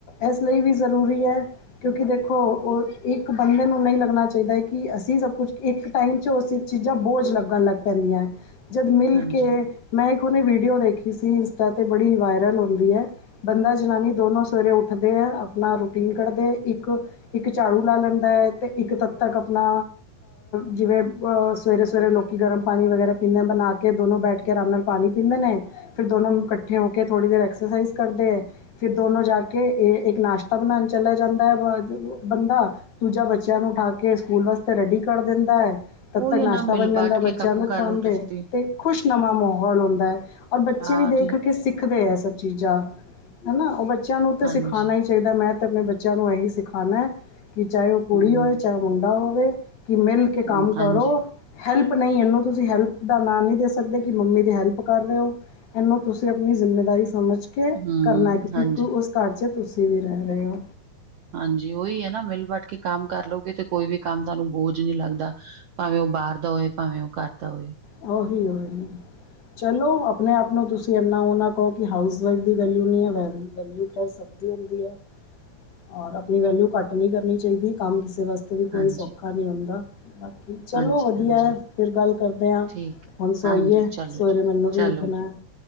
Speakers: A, on the left (about 60°); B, on the right (about 65°).
A: ਇਸ ਲਈ ਵੀ ਜ਼ਰੂਰੀ ਹੈ, ਕਿਉਂਕਿ ਦੇਖੋ ਉਹ ਇੱਕ ਬੰਦੇ ਨੂੰ ਨਹੀਂ ਲੱਗਣਾ ਚਾਹੀਦਾ। ਕਿ ਅਸੀਂ ਸਭ ਕੁਛ ਇੱਕ ਟਾਈਮ 'ਚ ਉਹ ਸਬ ਚੀਜ਼ਾਂ ਬੋਝ ਲੱਗਣ ਲੱਗ ਪੈਂਦੀਆਂ ਹੈ। ਜਦ ਮਿਲ
B: ਹਾਂਜੀ।
A: ਕੇ ਮੈਂ ਇੱਕ ਉਹ ਦੀ ਵੀਡੀਓ ਦੇਖੀ ਸੀ ਇੰਸਟਾ 'ਤੇ ਬੜੀ ਵਾਇਰਲ ਹੁੰਦੀ ਹੈ। ਬੰਦਾ ਜਨਾਨੀ ਦੋਨੋਂ ਸਵੇਰੇ ਉੱਠਦੇ ਹੈ ਆਪਣਾ ਰੂਟੀਨ ਕੱਢਦੇ। ਇੱਕ ਇੱਕ ਝਾੜੂ ਲਾ ਲੈਂਦਾ ਹੈ ਤੇ ਇੱਕ ਤਦ ਤੱਕ ਆਪਣਾ ਜਿਵੇਂ ਸਵੇਰੇ ਸਵੇਰੇ ਲੋਕ ਗਰਮ ਪਾਣੀ ਵਗੈਰਾ ਪੀਂਦੇ ਬਣਾ ਕੇ ਦੋਨੋਂ ਬੈਠ ਕੇ ਆਰਾਮ ਨਾਲ। ਪਾਣੀ ਪੀਂਦੇ ਨੇ ਫਿਰ ਦੋਨੋਂ ਇਕੱਠੇ ਹੋ ਕੇ ਥੋੜ੍ਹੀ ਦੇਰ ਐਕਸਰਸਾਈਜ਼ ਕਰਦੇ ਹੈ। ਫਿਰ ਦੋਨੋਂ ਜਾ ਕੇ ਇੱਕ ਨਾਸ਼ਤਾ ਬਣਾਉਣ ਚਲਿਆ ਜਾਂਦਾ ਹੈ। ਬੰਦਾ ਦੂਜਾ ਬੱਚਿਆਂ ਨੂੰ ਉਠਾ ਕੇ ਸਕੂਲ ਵਾਸਤੇ ਰੈਡੀ ਕਰ ਦਿੰਦਾ ਹੈ। ਤਦ
B: ਉਹੀ
A: ਤੱਕ
B: ਐ
A: ਨਾਸ਼ਤਾ
B: ਨਾ ਮਿਲ
A: ਬਣ ਜਾਂਦਾ
B: ਬਾਟ
A: ਬੱਚਿਆਂ
B: ਕੇ ਕੰਮ
A: ਨੂੰ
B: ਕਰਲੋ
A: ਖਵਾਉਂਦੇ
B: ਤੁਸੀਂ
A: ਅਤੇ ਖੁਸ਼ ਨਮਾਂ ਮਾਹੌਲ ਹੁੰਦਾ ਹੈ। ਔਰ ਬੱਚੇ
B: ਹਾਂ
A: ਵੀ ਦੇਖ
B: ਤੂੰ
A: ਕੇ ਸਿੱਖਦੇ ਹੈ ਸਭ ਚੀਜ਼ਾਂ ਹਨਾ ਉਹ ਬੱਚਿਆਂ ਨੂੰ ਤਾਂ
B: ਹਾਂਜੀ।
A: ਸਿਖਾਣਾ ਹੀ। ਚਾਹੀਦਾ ਮੈਂ ਤਾਂ ਆਪਣੇ ਬੱਚਿਆਂ ਨੂੰ ਇਹੀ ਸਿਖਾਉਂਦਾ ਕਿ ਚਾਹੇ ਉਹ ਕੁੜੀ
B: ਹੂੰ,
A: ਹੋਵੇ ਚਾਹੇ ਉਹ। ਮੁੰਡਾ ਹੋਵੇ ਕਿ ਮਿਲ ਕੇ ਕੰਮ
B: ਹੂੰ,
A: ਕਰੋ।
B: ਹਾਂਜੀ,
A: ਹੈਲਪ ਨਹੀਂ ਇਹਨੂੰ ਤੁਸੀਂ ਹੈਲਪ ਦਾ ਨਾਂ ਨਹੀਂ ਦੇ ਸਕਦੇ। ਕਿ ਮੰਮੀ ਦੀ ਹੈਲਪ ਕਰ ਰਹੇ ਹੋ। ਇਹਨੂੰ ਤੁਸੀਂ ਆਪਣੀ ਜਿੰਮੇਵਾਰੀ, ਸਮਝ ਕੇ
B: ਹੂੰ,
A: ਕਰਨਾ ਹੈ। ਕਿਉਂਕਿ
B: ਹਾਂਜੀ।
A: ਉਸ ਘਰ ਚ ਤੁਸੀਂ ਵੀ ਰਹਿ ਰਹੇ ਹੋ।
B: ਹਾਂਜੀ, ਉਹੀ ਹੈ ਨਾ ਮਿਲ ਬੱਟ ਕੇ ਕੰਮ ਕਰ ਲਉਗੇ ਤੇ ਕੋਈ ਵੀ ਕੰਮ ਤੁਹਾਨੂੰ ਬੋਝ ਨਹੀਂ ਲੱਗਦਾ। ਭਾਵੇਂ ਉਹ ਬਾਹਰ ਦਾ ਹੋਏ, ਭਾਵੇਂ ਉਹ ਘਰਦਾ ਹੋਵੇ।
A: ਉ ਓਹੀ ਓਹੀ ਚਲੋ ਆਪਣੇ ਆਪ ਨੂੰ ਤੁਸੀਂ ਇੰਨਾ ਉਹ ਨਾ ਕਹੋ ਕਿ ਹਾਊਸ ਵਾਈਫ ਦੀ ਵੈਲਿਊ ਨਹੀਂ ਹੈ ਵੈ ਵੈਲਿਊ। ਸਭ ਹੁੰਦੀ ਹੈ ਔਰ ਆਪਣੀ ਵੈਲਿਊ ਘੱਟ ਨਹੀਂ ਕਰਨੀ ਚਾਹੀਦੀ। ਕੰਮ ਕਿਸੇ ਵਾਸਤੇ ਵੀ ਕੋਈ
B: ਹਾਂਜੀ।
A: ਸੌਖਾ ਨਹੀਂ ਹੁੰਦਾ ਬਾਕੀ ਚਲੋ
B: ਹਾਂਜੀ,
A: ਵਧੀਆ
B: ਹਾਂਜੀ
A: ਹੈ, ਫਿਰ ਗੱਲ ਕਰਦੇ ਹਾਂ।
B: ਠੀਕ ਹੈ,
A: ਹੁਣ ਸੋਈਏ
B: ਹਾਂਜੀ ਚਲੋ
A: ਸਵੇਰੇ
B: ਜੀ,
A: ਮੈਨੂੰ ਵੀ
B: ਚਲੋ
A: ਉੱਠਣਾ
B: ਜੀ
A: ਹੈ।